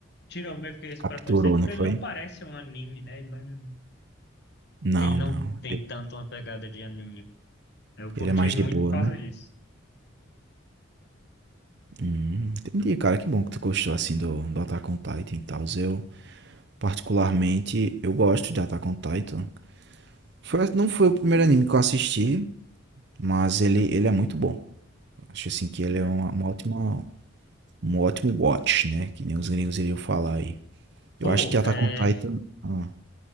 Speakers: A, on the left; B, on the right.
A: tirou meio que esse
B: capturou,
A: preconceito, porque
B: não
A: ele
B: foi?
A: não parece um anime, né? Ele não,
B: Não,
A: ele não
B: não.
A: tem tanto uma pegada de anime. Eu curti
B: Ele é mais
A: muito
B: de boa,
A: por causa
B: né?
A: disso,
B: Hum, entendi, cara. Que bom que tu gostou assim do, do Attack on Titan e tal. Eu, particularmente, eu gosto de Attack on Titan. Foi, não foi o primeiro anime que eu assisti, mas ele, ele é muito bom. Acho assim que ele
A: né?
B: é uma, uma ótima Um ótimo watch, né, que nem os gringos iriam falar aí.
A: Pô,
B: Eu acho que Attack
A: é,
B: on Titan hã.